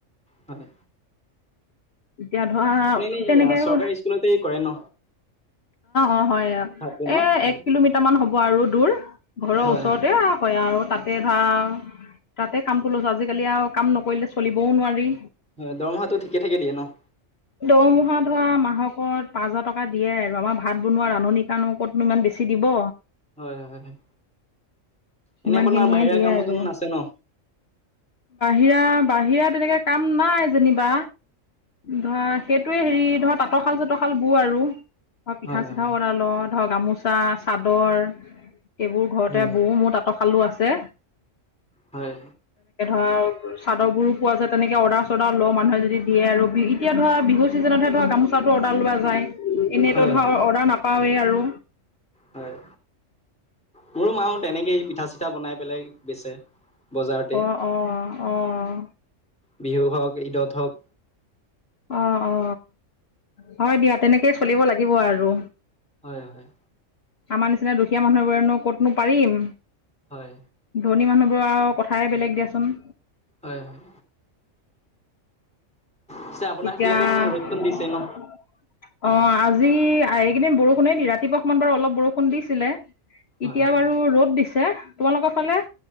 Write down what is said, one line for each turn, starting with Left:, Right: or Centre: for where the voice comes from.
Centre: হয়
Left: এতিয়া ধৰা
Centre: আপুনি এনেই
Left: তেনেকে
Centre: চৰকাৰী
Left: অ
Centre: স্কুলতে কৰে ন
Left: অ হয় এ
Centre: ভাত বনোৱা?
Left: এক কিলোমিটাৰ মান হ'ব আৰু দূৰ। ঘৰৰ
Centre: হয়
Left: ওচৰতে
Centre: হয়
Left: আও হৈয়াও, তাতে ধা তাতে কাম কৰি লৈছো, আজিকালি আও কাম নকৰিলে চলিবও নোৱাৰি
Centre: হয় দৰমহাটো ঠিকে থাকে দিয়ে ন।
Left: দৰমহা ধৰা মাহকত পাঁচ হাজাৰ টকা দিয়ে আৰু আমাৰ ভাত বনোৱা ৰান্ধনী কণো কত ইমান বেছি দিব
Centre: হয় হয় হয়
Left: সিমানখিনিয়ে
Centre: এনে আপোনাৰ বাহিৰা
Left: দিয়ে
Centre: কামতো
Left: আৰু
Centre: নাছে ন
Left: এয়া বাহিৰা তেনেকে কাম নাই যেনিবা। ধৰা সেইটোয়ে হেৰি ধৰা তাঁতৰশাল চাতৰশাল বৌ আৰু। ধ পিঠা
Centre: হয়
Left: চিঠাও
Centre: হয়
Left: কৰা লওঁ ধৰ গামোচা, চাদৰ। এইবোৰ ঘৰতে
Centre: হয়
Left: বৌ মোৰ তাঁঁতৰশালো আছে।
Centre: হয়।
Left: চাদৰবোৰো পোৱা যায় তেনেকৈ অৰ্ডাৰ চৰ্ডাৰ লওঁ মানুহে যদি দিয়ে আৰু এতিয়া ধৰা বিহু ছিজনতহে ধৰা গামোচাটো অৰ্ডাৰ লোৱা যায়, এনেইতো
Centre: হয়
Left: ধৰক
Centre: হয়
Left: অৰ্ডাৰ নাপাওঁৱেই আৰু।
Centre: হয়। মোৰো মাহ তেনেকে পিঠা চিঠা বনাই পেলাই বেচে। বজাৰতে
Left: অ অ অহ
Centre: বিহু হওক, ঈদত হওক
Left: অ অ হয় দিয়া তেনেকেই চলিব লাগিব আৰু।
Centre: হয় হয়
Left: আমাৰ নিচিনা দুখীয়া মানুহবোৰেনো ক'তনো পাৰিম।
Centre: হয়
Left: ধনী মানুহ আৰু কথাই বেলেগ দিয়াচোন
Centre: হয় হয়। পিছে আপোনাৰ
Left: এতিয়া
Centre: সেইফালেতো
Left: অ
Centre: ৰ'দটোন দিছেই
Left: আজি
Centre: ন
Left: এইকেইদিন বৰষুণে দিয়ে, ৰাতিপুৱা অকমান বাৰু অলপ বৰষুণ দিছিলে। এতিয়া
Centre: হয় হয় হয়
Left: বাৰু ৰ'দ দিছে। তোমালোকৰ ফালে?